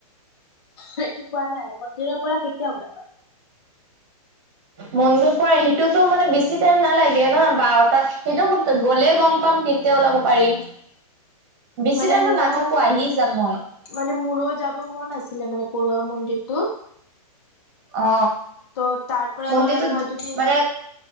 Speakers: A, on the left; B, on the right.
A: সেইটো কোৱা নাই মন্দিৰৰ পৰা কেতিয়া ওলাবা?
B: মন্দিৰ পৰা সেইটোতো মানে বেছি টাইম নালাগে নয় বাৰটাাত সেইটো গ'লে গম পাম কেতিয়া ওলাব পাৰিম
A: <inaudible>
B: বেছি দানো
A: মোৰো
B: নাথাকো আহি যাম মই
A: মানে মোৰো যাব মন আছিলে মানে পৰুৱা মন্দিৰটো
B: অ
A: ত' তাৰ পৰা
B: মন্দিৰটোত
A: ধৰা মই যদি
B: মানে